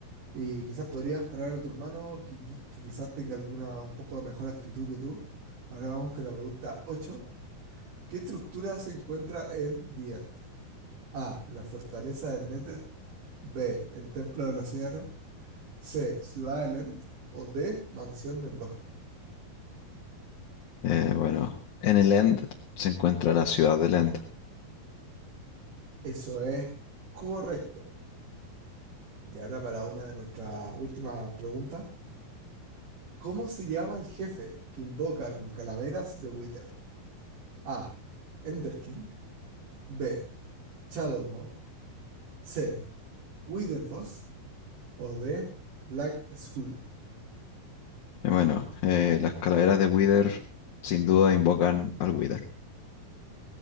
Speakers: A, on the right; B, on the left.
A: Y quizás podrías traer a tu hermano que, qui- que quizás tenga alguna un poco de mejor actitud que tú. Ahora vamos con la pregunta 8. ¿Qué estructura se encuentra en The End? A. La fortaleza del Nether. B. El templo del océano. C. Ciudad del End. O D. Mansión del bosque.
B: Eh, bueno, en el End se encuentra la ciudad del End.
A: Eso es correcto. Y ahora para una de nuestras últimas preguntas. ¿Cómo se llama el jefe que invoca con calaveras de Wither? A. Ender King. B. Shadow Mob. C. Wither Boss O D. Black Skull.
B: Y bueno, eh, las calaveras de Wither sin duda invocan al Wither.